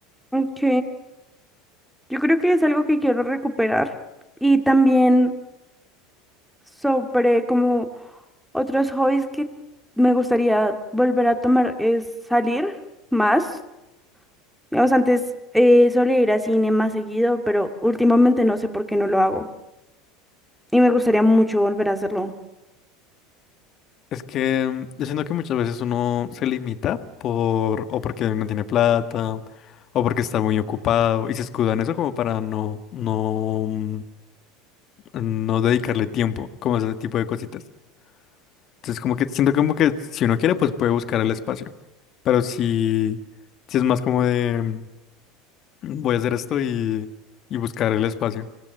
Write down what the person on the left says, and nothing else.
Es que mm, yo siento que muchas veces uno se limita por, o porque no tiene plata, o porque está muy ocupado, y se escuda en eso como para no, no, mm, no dedicarle tiempo, como ese tipo de cositas. Entonces, como que siento como que si uno quiere, pues puede buscar el espacio. Pero si, si es más como de mm, voy a hacer esto y, y buscar el espacio.